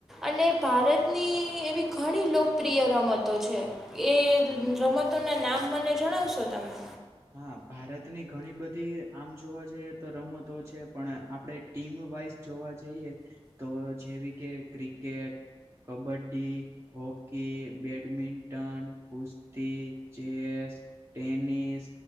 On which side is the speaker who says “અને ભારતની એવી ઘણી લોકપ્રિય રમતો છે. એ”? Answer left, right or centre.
Centre